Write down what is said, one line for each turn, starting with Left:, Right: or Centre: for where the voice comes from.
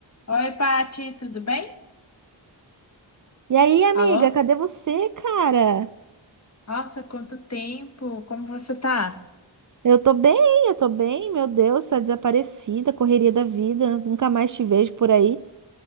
Left: Oi, Pati, tudo bem?
Right: E aí, amiga,
Left: Alô?
Right: cadê você, cara?
Left: Nossa, quanto tempo! Como você tá?
Right: Eu tô bem, eu tô bem, meu Deus, tá desaparecida, correria da vida, nunca mais te vejo por aí.